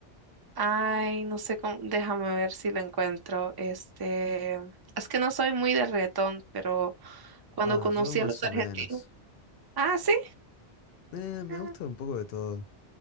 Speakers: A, on the right (about 40°); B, on the left (about 65°).
A: Ay, no sé cómo, déjame ver si lo encuentro. Este, es que no soy muy de reggaetón, pero cuando
B: Ah,
A: conocí
B: yo más
A: a los
B: o
A: argentinos.
B: menos.
A: Ah, sí.
B: Eh, me
A: Ah.
B: gusta un poco de todo,